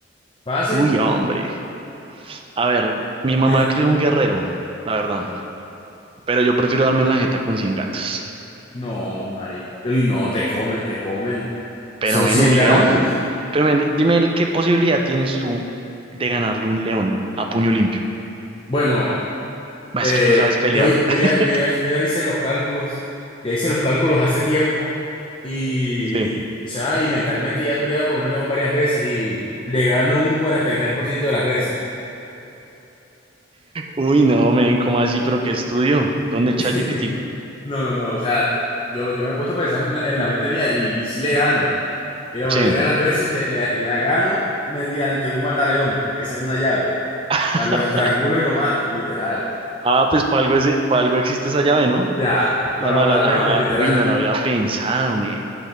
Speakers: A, on the left (about 25°); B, on the right (about 25°).
A: Fácil,
B: Uy, hombre. A ver, mi mamá
A: ni lo,
B: crió un guerrero, la verdad. Pero yo prefiero darme en la jeta con 100 gatos.
A: No, marico. Y no, te comen, te comen.
B: Pero
A: Son
B: ven,
A: 100
B: un
A: gatos.
B: león. Pero ven, dime el- qué posibilidad tienes tú de ganarle un león a puño limpio.
A: Bueno,
B: Bah,
A: eh,
B: Es que tú sabes pelear.
A: yo, yo
B: <laughs>
A: ya, yo ya, yo ya hice los cálculos. Ya hice los cálculos hace tiempo. Y,
B: Sí.
A: o sea, y mentalmente ya he peleado con un león varias veces y le gano un 43% de las veces.
B: Uy, no, men, ¿cómo así? ¿Pero qué estudio? ¿Dónde
A: <laughs>
B: ChatGPT?
A: No, no, no. O sea, yo, yo me he puesto a pensar en la, en la mente mía y sí le gano. Y la mayoría
B: Sí.
A: de las veces le, le, le gano mediante un mataleón, que esa es una llave.
B: <laughs>
A: O sea, lo estrangulo y lo mato, literal.
B: Ah, pues para algo, ese- pa' algo existe esa llave, ¿no?
A: Ya,
B: La
A: para
B: mala.
A: matar leones,
B: Ah,
A: literal.
B: uy, no la había pensado, men.